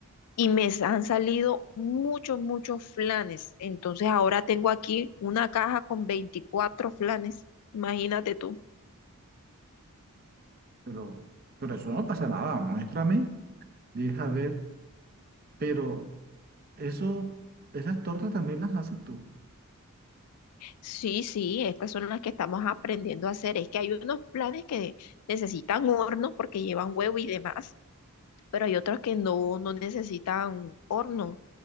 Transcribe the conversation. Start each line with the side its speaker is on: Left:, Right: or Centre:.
Left: y me han salido muchos, muchos flanes. Entonces ahora tengo aquí una caja con 24 flanes, imagínate tú.
Right: Pero, pero eso no pasa nada, muéstrame, deja ver. Pero eso, esas tortas también las haces tú.
Left: Sí, sí, estas son las que estamos aprendiendo a hacer. Es que hay unos planes que necesitan horno porque llevan huevo y demás, pero hay otros que no, no necesitan horno,